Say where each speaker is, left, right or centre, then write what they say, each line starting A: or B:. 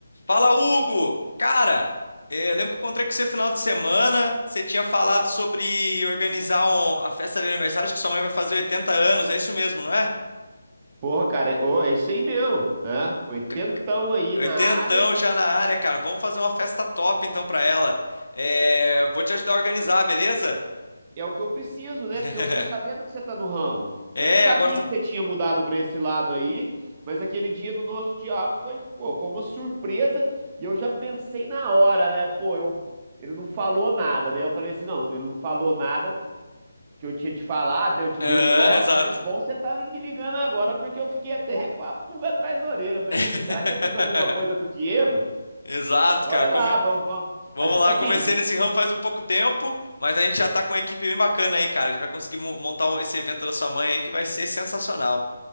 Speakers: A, on the left (about 80°); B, on the right (about 30°).
A: Fala, Hugo! Cara, eh, eu lembro que eu encontrei com você final de semana. Você tinha falado sobre organizar um- a festa de aniversário, acho que sua mãe vai fazer 80 anos, é isso mesmo, não é?
B: Porra, cara, é, ô, é isso aí mesmo, né? Oitentão
A: Ca-
B: aí na
A: Oitentão
B: área.
A: já na área, cara. Vamos fazer uma festa top então pra ela. Eh, vou te ajudar a organizar, beleza?
B: É o que eu preciso, né?
A: <laughs>
B: Porque eu fiquei sabendo que você tá no ramo.
A: É,
B: Eu não sabia
A: agora eu
B: que
A: tô.
B: você tinha mudado pra esse lado aí, mas aquele dia do nosso Thiago foi, pô, foi uma surpresa e eu já pensei na hora, né? Pô, eu, ele não falou nada, né? Eu falei assim, não, ele não falou nada que eu tinha te falado, né? Eu te
A: Aham,
B: dei o toque,
A: exato.
B: mas bom você tá me ligando agora porque eu fiquei até <laughs> com a pulga atrás da orelha. Eu pensei
A: <laughs>
B: assim, será que eu fiz alguma coisa pro Diego?
A: Exato,
B: Bora
A: cara.
B: lá,
A: Come-
B: vamos, vamos.
A: Vamos
B: Assim,
A: lá,
B: assim,
A: eu comecei nesse ramo faz um pouco tempo, mas a gente já tá com uma equipe bem bacana aí, cara. A gente vai conseguir mo- montar um- esse evento da sua mãe aí que vai ser sensacional.